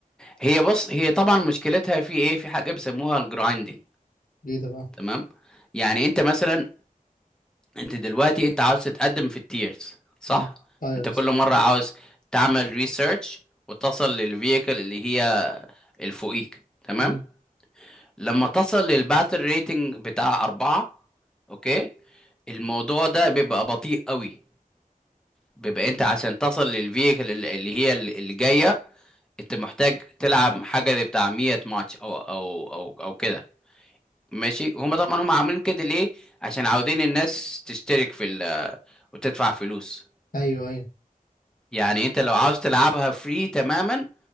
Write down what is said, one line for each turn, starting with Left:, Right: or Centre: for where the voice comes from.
Centre: هي بص هي طبعا مشكلتها في ايه في حاجه بيسموها الجرايندنج
Left: ليه ده بقى
Centre: تمام يعني انت مثلا انت دلوقتي انت عاوز تتقدم في التيرز صح
Left: امم تايرز
Centre: انت كل مره عاوز تعمل ريسيرش وتصل للفييكل اللي هي الفوقيك تمام
Left: امم
Centre: لما تصل للباتل ريتنج بتاع أربعة أوكي الموضوع ده بيبقى بطيء قوي بيبقى انت عشان تصل للفيكل اللي هي اللي جايه انت محتاج تلعب حاجه زي بتاع 100 ماتش او او او او كده ماشي هما طبعا هما عاملين كده ليه عشان عاوزين الناس تشترك في ال وتدفع فلوس
Left: ايوه ايوه
Centre: يعني انت لو عاوز تلعبها فري تماما